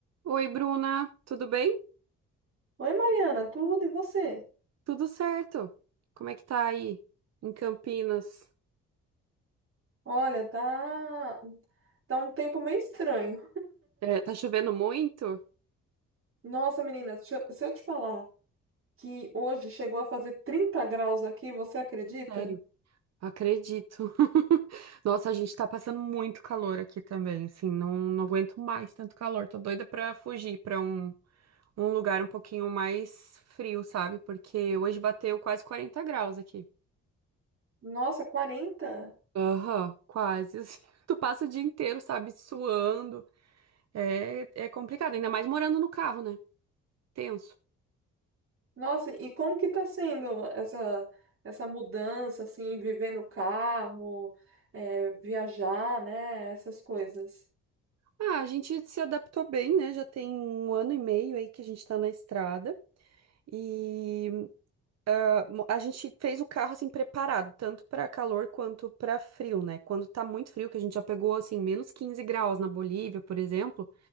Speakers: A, on the right; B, on the right.
A: Oi, Bruna, tudo bem?
B: Oi, Mariana, tudo e você?
A: Tudo certo. Como é que tá aí em Campinas?
B: Olha, tá tá um tempo meio estranho.
A: É, tá chovendo muito?
B: Nossa, menina, se eu se eu te falar que hoje chegou a fazer 30 graus aqui, você acredita?
A: Sério, acredito. <laughs> Nossa, a gente tá passando muito calor aqui também, assim, não, não aguento mais tanto calor. Tô doida pra fugir pra um, um lugar um pouquinho mais frio, sabe? Porque hoje bateu quase 40 graus aqui.
B: Nossa, quarenta.
A: Aham, quase. assim. <laughs> Tu passa o dia inteiro, sabe, suando. É, é complicado, ainda mais morando no carro, né? Tenso.
B: Nossa, e como que tá sendo essa essa mudança assim, viver no carro, é, viajar, né, essas coisas?
A: Ah, a gente se adaptou bem, né? Já tem um ano e meio aí que a gente tá na estrada. E ah, mo- a gente fez o carro assim preparado, tanto para calor quanto para frio, né? Quando tá muito frio, que a gente já pegou assim menos 15 graus na Bolívia, por exemplo,